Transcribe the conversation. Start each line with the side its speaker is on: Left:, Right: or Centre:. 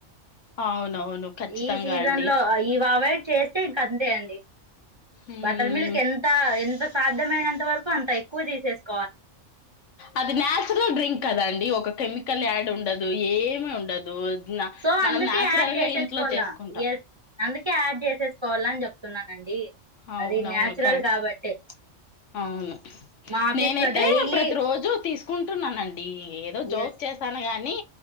Left: అవునవును ఖచ్చితంగా
Right: ఈ సీజన్
Left: అండి
Right: లో ఈవ్ అవడ్ చేస్తే ఇంక అంతే అండి
Left: మ్మ్.
Right: బటర్ మిల్క్ ఎంత ఎంత సాధ్యమైనంత వరకు అంత ఎక్కువ చేసేస్త
Left: అది న్యాచురల్ డ్రింక్ కదండి ఒక కెమికల్ యాడ్ ఉండదు ఏమి ఉండదు నా-
Right: సో
Left: మనం
Right: అందుకే
Left: న్యాచురల్
Right: యాడ్ చేసేసుకోవాల
Left: గా ఇంట్లో చేసుకుంటాం
Right: అందుకే యాడ్ చేసేసుకోవాల అని చెప్త చేస్తున్నానండి
Left: అవునవును
Right: అది న్యాచురల్
Left: కరెక్ట్
Right: కాబట్టే
Left: అవును
Right: మా ఆఫీస్
Left: నేనైతే
Right: లో డైలీ
Left: ప్రతి రోజు తీసుకుంటున్నానండి డి ఏదో జోక్
Right: ఎస్
Left: చేసాను గానీ